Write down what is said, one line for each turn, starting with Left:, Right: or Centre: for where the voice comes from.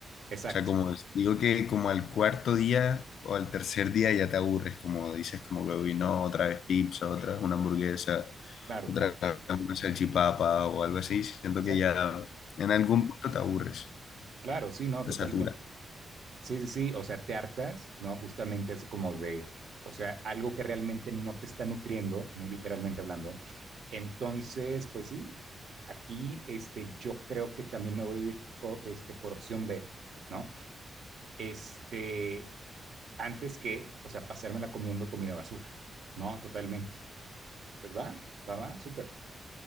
Left: O
Right: exacto,
Left: sea, como es- digo que como al cuarto día o al tercer día ya te aburres, como dices, como que "Uy, no, otra vez pizza, otra vez una hamburguesa,
Right: claro,
Left: otra
Right: claro,
Left: vez una salchipapa o algo así, siento
Right: exacto,
Left: que ya en algún punto te aburres,
Right: claro, sí, no,
Left: te
Right: totalmente.
Left: satura.
Right: Sí, sí, sí, o sea, te hartas, ¿no? Justamente así como de, o sea, algo que realmente no te está nutriendo, muy literalmente hablando. Entonces, pues sí, aquí este, yo creo que también me voy a ir co- este, por opción B, ¿no? Este, antes que, o sea, pasármela comiendo comida basura, ¿no? Totalmente. Pues va, va, va, súper.